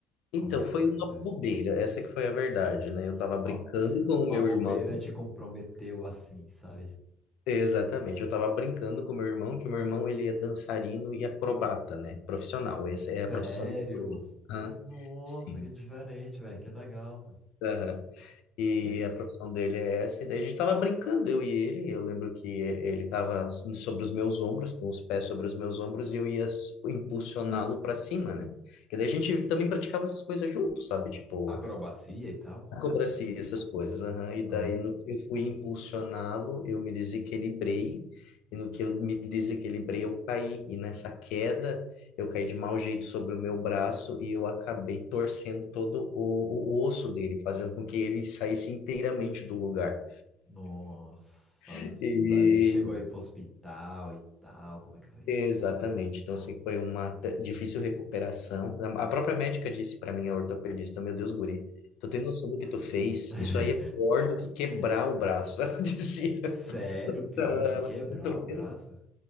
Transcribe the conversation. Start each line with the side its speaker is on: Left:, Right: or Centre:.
Left: Então,
Centre: como é que
Left: foi
Centre: foi?
Left: uma
Centre: Acontece?
Left: bobeira, essa que foi a verdade, né? Eu
Centre: Nossa,
Left: tava
Centre: Uma,
Left: brincando com o
Centre: uma
Left: meu
Centre: bobeira
Left: irmão,
Centre: te comprometeu assim, sabe?
Left: exatamente, eu tava brincando com o meu irmão, que o meu irmão, ele é dançarino e acrobata, né? Profissional, essa é a profissão
Centre: Sério?
Left: do... Aham,
Centre: Nossa,
Left: Sim,
Centre: que diferente, velho. Que legal, mano.
Left: aham. E
Centre: E aí?
Left: a profissão dele é essa, e daí a gente tava brincando, eu e ele, eu lembro que ele tava sobre os meus ombros, com os pés sobre os meus ombros, e eu ia s- impulsioná-lo para cima, né? Que daí a gente também praticava essas coisas juntos, sabe? Tipo...
Centre: Acrobacia e tal.
Left: acrobacia, essas coisas. aham. E daí,
Centre: Aham.
Left: no que eu fui impulsioná-lo, eu me desequilibrei, e no que eu me desequilibrei, eu caí. E nessa queda, eu caí de mau jeito sobre o meu braço e eu acabei torcendo todo o, o osso dele, fazendo com que ele saísse inteiramente do lugar.
Centre: Nossa.
Left: E,
Centre: Daí chegou aí pro hospital e tal. Como é que foi isso?
Left: exatamente. Então, assim, foi uma te- difícil recuperação. A a própria médica disse para mim, a ortopedista, meu Deus, guri, tu tem noção do que tu fez?
Centre: <laughs>
Left: Isso aí é pior do que quebrar o braço, <laughs> ela dizia.
Centre: Sério, pior
Left: Ela,
Centre: do que quebrar
Left: tentou-
Centre: o braço?